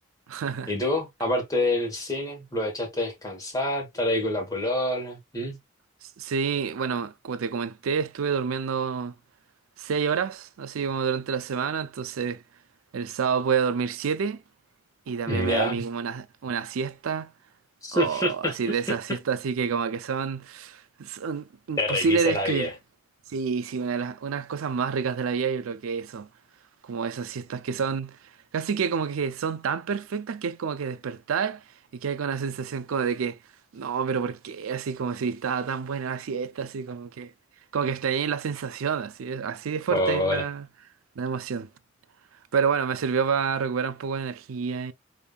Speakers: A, on the right; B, on the left.
A: <laughs>
B: ¿Y tú, aparte del cine, aprovechaste de descansar, estar ahí con la polola? ¿Mm?
A: Sí, bueno, como te comenté, estuve durmiendo 6 horas, así como durante la semana, entonces el sábado pude dormir 7. Y también
B: Mm,
A: me
B: ¿Ya?
A: dormí como una, una siesta.
B: <laughs>
A: O así de esas siestas así que como que son, son imposibles
B: Te reinicia
A: de escribir.
B: la vida.
A: Sí, sí, una de las unas cosas más ricas de la vida yo creo que eso. Como esas siestas que son casi que como que son tan perfectas que es como que despertar y que hay con la sensación como de que no, pero ¿por qué? Así como si estaba tan buena la siesta, así como que como que extrañé la sensación, así de- así de fuerte
B: Hola,
A: es la, la emoción. Pero bueno, me sirvió para recuperar un poco de energía